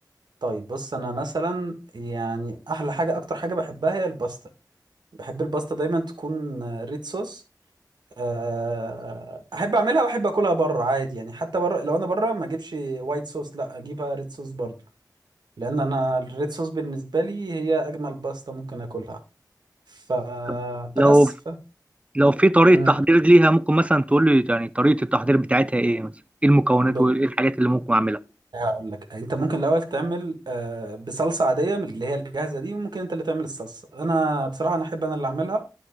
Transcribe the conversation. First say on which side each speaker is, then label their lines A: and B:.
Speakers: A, on the right (about 80°); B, on the right (about 15°).
A: طيب بص انا مثلا يعني احلى حاجة اكتر حاجة بحبها هي الباستا بحب الباستا دايما تكون آه، ريد صوص آه، احب اعملها واحب اكلها بره عادي يعني حتى بره لو انا بره ما اجيبش وايت صوص لا اجيبها ريد صوص برضه لان انا الريد صوص بالنسبه لي هي اجمل باستا ممكن اكلها فبس
B: طب لو
A: ف
B: لو في طريقه
A: مم.
B: تحضير ليها ممكن مثلا تقول لي يعني طريقه التحضير بتاعتها ايه مثلا ايه المكونات
A: بص،
B: وايه الحاجات اللي ممكن اعملها
A: هقول لك انت ممكن الاول تعمل آه، بصلصه عاديه من اللي هي الجاهزه دي وممكن انت اللي تعمل الصلصه انا بصراحه انا احب انا اللي اعملها